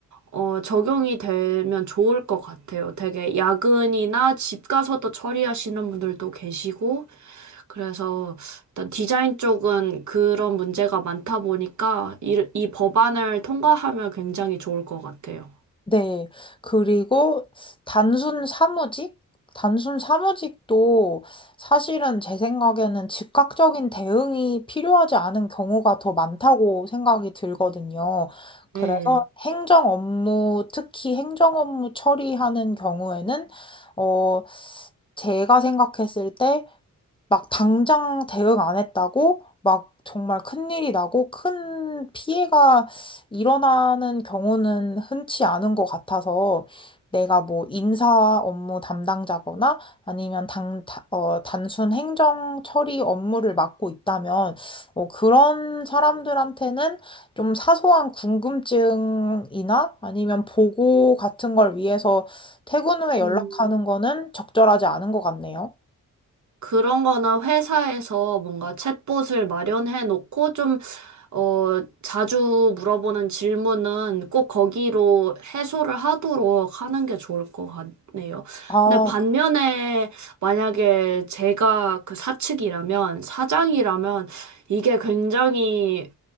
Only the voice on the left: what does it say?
네. 그리고 단순 사무직? 단순 사무직도 사실은 제 생각에는 즉각적인 대응이 필요하지 않은 경우가 더 많다고 생각이 들거든요. 그래서
행정 업무, 특히 행정 업무 처리하는 경우에는, 어, 제가 생각했을 때 막 당장 대응 안 했다고 막 정말 큰일이 나고 큰 피해가 일어나는 경우는 흔치 않은 것 같아서 내가 뭐 인사 업무 담당자거나 아니면 당, 다- 어, 단순 행정 처리 업무를 맡고 있다면 어, 그런 사람들한테는 좀 사소한 궁금증이나 아니면 보고 같은 걸 위해서 퇴근 후에 연락하는
거는 적절하지 않은 것 같네요.
아,